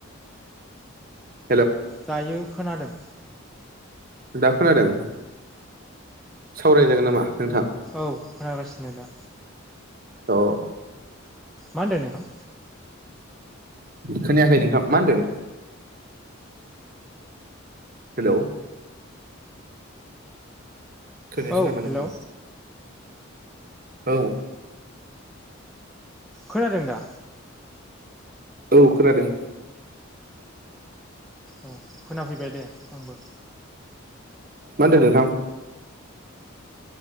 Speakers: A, on the right (about 45°); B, in the centre.
A: <inaudible>
B: दायो खोनादों।
A: दा खोनादों? सावरायजागोन नामा? नोंथां
B: औ खोनागासिनो दा।
A: औ।
B: मा होनदों नोंथां?
A: खोनायाखै नोंथां मा होनदों? हेल' खोनायसै
B: औ
A: नामा
B: हेलौ
A: नोंथां? औ।
B: खोनादों दा?
A: औ खोनादों।
B: औ खोनाफैबाय दे आंबो।
A: मानदों नोंथां?